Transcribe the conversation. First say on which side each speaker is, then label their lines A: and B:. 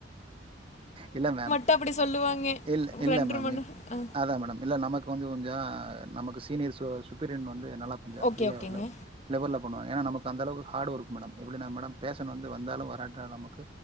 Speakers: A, on the right; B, on the left.
A: இல்ல மேம்
B: தா அப்டி சொல்லுவாங்க
A: இல் இல்ல
B: ரெண்ட்ர
A: மேம்
B: மண்
A: இல்
B: ஆ
A: அதா மேடம் இல்ல நமக் கொஞ்சோ கொஞ்சோ நமக்கு சீனியர் சு சுப்பீரியன் வந்து நல்லா கொஞ்சோ
B: ஓகே
A: ஃப்ரீயா
B: ஓகேங்க
A: வெள்ல லெவல்ல பண்ணுவ ஏன்னா நமக்கு அந்தளவுக்கு ஹார்ட் ஒர்க் மேடம் எப்டினா மேடம் ஃபேஷன்ட் வந்து வந்தாலு வராட்டாலு நமக்கு